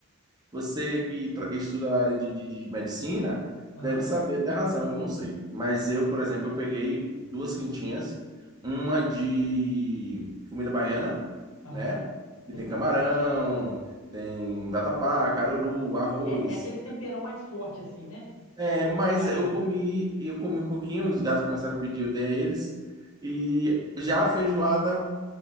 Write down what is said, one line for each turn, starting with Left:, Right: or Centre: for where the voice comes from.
Right: Você que tra- estuda na área de, de, de medicina
Left: Aham.
Right: deve saber até a razão, eu não sei. Mas eu, por exemplo, eu peguei duas quentinhas, uma de comida baiana,
Left: Aham.
Right: né? Que
Left: Sim.
Right: tem camarão, tem vatapá, caruru, arroz.
Left: É, é aqueles temperão mais forte, assim, né?
Right: É,
Left: Ou,
Right: mas
Left: ou eu tô enganado.
Right: eu comi, eu comi um pouquinho, os gatos começaram a pedir, eu dei a eles. E já a feijoada,